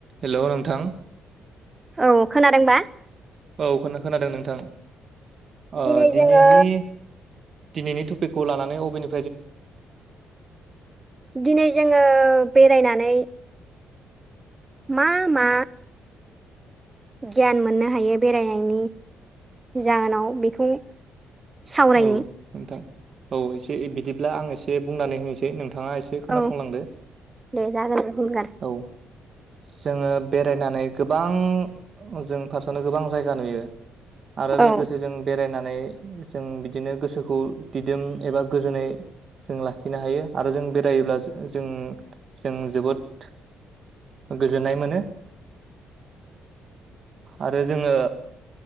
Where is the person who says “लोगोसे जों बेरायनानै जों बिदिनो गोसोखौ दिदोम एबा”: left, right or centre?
Right